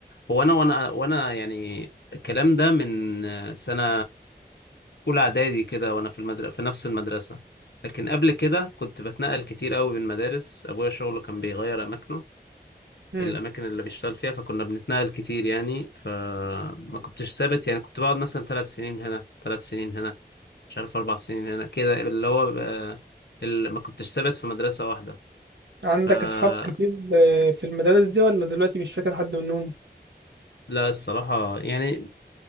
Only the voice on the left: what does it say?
هو انا وانا وانا يعني الكلام ده من سنة أولى إعدادي كده وأنا في المدرسة في نفس المدرسة لكن قبل كده كنت بتنقل كتير قوي بين مدارس أبويا شغله كان بيغير أماكنه
الاماكن اللي بيشتغل فيها فكنا بنتنقل كتير يعني فما كنتش ثابت يعني كنت بقعد مثلا ثلاث سنين هنا ثلاث سنين هنا مش عارف اربع سنين هنا كده اللي هو بقى- اللي ما كنتش ثابت في مدرسة واحدة
فلا
الصراحة يعني